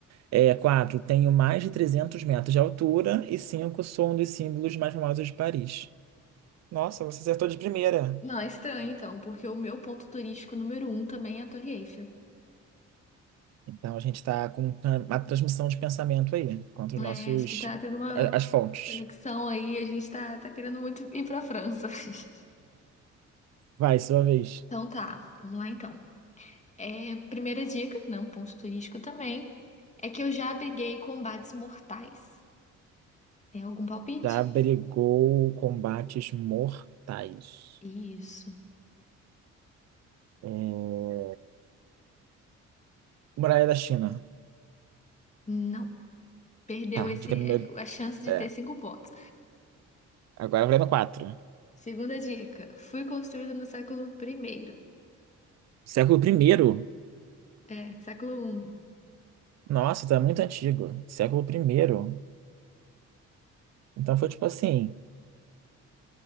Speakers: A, on the right (about 60°); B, on the left (about 25°).
A: É, 4. Tenho mais de 300 metros de altura. E cinco Sou um dos símbolos mais famosos de Paris. Nossa, você acertou de primeira.
B: Não, é estranho então, porque o meu ponto turístico número um também é a Torre Eiffel.
A: Então a gente está com tra- uma transmissão de pensamento aí, contra
B: É,
A: os nossos,
B: acho que tá tendo uma
A: a- as fontes.
B: conexão aí, a gente tá, tá querendo muito ir pra França. <laughs>
A: Vai, sua vez.
B: Então tá, vamos lá então. É, primeira dica, né, um ponto turístico também, é que eu já abriguei combates mortais. Tem algum palpite?
A: Já brigou combates mortais.
B: Isso.
A: É, Muralha da China.
B: Não. Perdeu
A: Tá,
B: esse,
A: dica número.
B: é, a chance de
A: É,
B: ter cinco pontos.
A: agora vai para quatro.
B: Segunda dica, fui construída no século primeiro.
A: Século primeiro.
B: É, século um.
A: Nossa, tá muito antigo. Século primeiro. Então foi tipo assim,